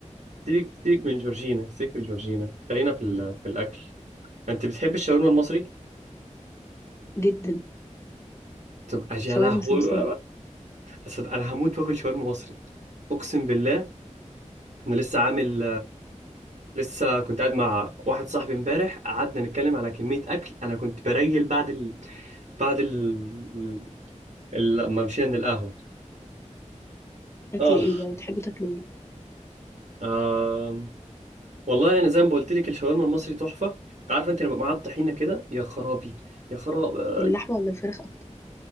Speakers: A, on the right; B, on the left.
A: سيبك سيبك من جورجينا سيبك من جورجينا خلينا في ال... في الاكل انت بتحب الشاورما المصري
B: جدا
A: تبقى يا
B: شاورما
A: لهوي
B: سمسمة
A: أصل انا هموت واكل شاورما مصري اقسم بالله انا لسه عامل لسه كنت قاعد مع واحد صاحبي امبارح قعدنا نتكلم على كمية اكل انا كنت بريل بعد ال... بعد ال... لما مشينا القهوة
B: اكل
A: آه.
B: ايه بقى بتحبوا تاكلوا ايه
A: آه والله أنا زي ما قلت لك الشاورما المصري تحفة عارفة أنت لما معاها الطحينة كده يا خرابي يا خرابي
B: اللحمة ولا الفراخ اكتر